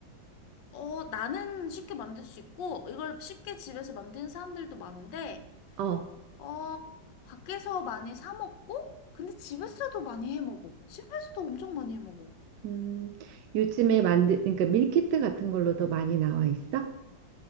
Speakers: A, on the left; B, on the right.
A: 어, 나는 쉽게 만들 수 있고, 이걸 쉽게 집에서 만드는 사람들도 많은데,
B: 어.
A: 어, 밖에서 많이 사 먹고, 근데 집에서도 많이 해 먹어. 집에서도 엄청 많이 해 먹어.
B: 음, 요즘에 만드, 그러니까 밀키트 같은 걸로도 많이 나와 있어?